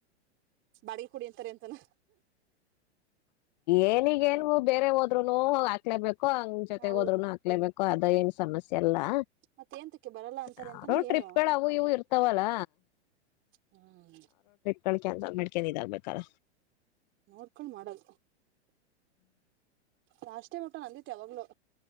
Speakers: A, on the right; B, on the left.
A: ಬಾಡಿಗೆ ಕುಡಿ ಅಂತಾರೆ ಎಂತಾನ
B: ಏನಿಗೇನು ಬೇರೆ ಹೋದ್ರುನು ಹ ಹಾಕ್ಲೇಬೇಕು ಹೋ ಹಂಗ್ ಜೊತೆಗ
A: ಹೌದು
B: ಹೋದ್ರರುನು ಹಾಕ್ಲೇಬೇಕೋ ಅದ ಏನ್ ಸಮಸ್ಯೆಲ್ಲಾ
A: ಮತ್ತ ಏಂತಕ್ಕೆ ಬರಲ್ಲ ಅಂತಾರೆ
B: ಯಾರೋ
A: ಅಂತಾನ ಏನು
B: ಟ್ರಿಪ್ಗಳು ಅವು ಇವು ಇರ್ತಾವಲ್ಲ
A: ಹ್ಮ್
B: ಮಳ್ಕ ಮಡ್ಕೆನ್ ಇದಾಗಬೇಕಾರ
A: ನೋಕಲ್ ಮಾಡಲ್ ಲಾಸ್ಟ್ ಟೈಮ್ ಮಟ್ಟ ನಂದಿತೆ ಯಾವಾಗ್ಲು